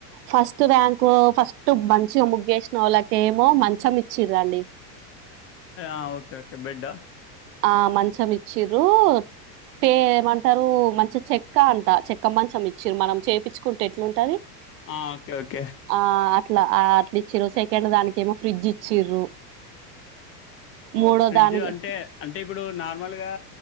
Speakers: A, on the right; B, on the left.
A: ఫస్ట్ ర్యాంకు ఫస్ట్ మంచిగా ముగ్గేసిన వాళ్ళక ఏమో మంచం ఇచ్చిరండి
B: ఆ ఓకే ఓకే బెడ్ ఆ
A: ఆ మంచం ఇచ్చిరు టే ఏమంటారు మంచి చెక్క అంట చెక్క మంచం ఇచ్చిర్రు మనం చేపిచుకుంటే ఎట్లుంటది
B: ఆ ఓకే ఓకే
A: ఆ అట్లా అట్లా ఇచ్చిర్రు సెకండ్ దానికి ఏమో ఫ్రిడ్జ్ ఇచ్చిర్రు
B: ఒ
A: మూడో
B: ఫ్రిడ్జ్
A: దానికి
B: అంటే అంటే ఇప్పుడు నార్మల్గా